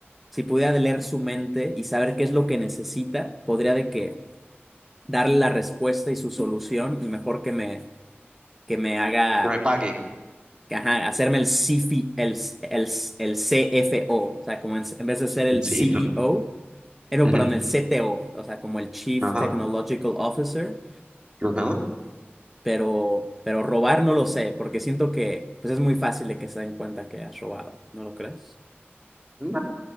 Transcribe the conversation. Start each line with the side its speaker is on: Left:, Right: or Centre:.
Centre: si pudiera leer su mente y saber qué es lo que necesita, podría de que darle la respuesta y su solución y mejor que me, que me haga,
Right: Que me pague.
Centre: que, ajá, hacerme el CFI, el, el, el CFO, o o sea, como en, en vez de ser el
Right: Sí.
Centre: CEO. eh, No,
Right: Ujú,
Centre: perdón, el CTO, o o sea, como el Chief
Right: Ajá,
Centre: Technological Officer,
Right: ajá.
Centre: pero, pero robar no lo sé, porque siento que pues es muy fácil de que se den cuenta que has robado, ¿no lo crees?
Right: No,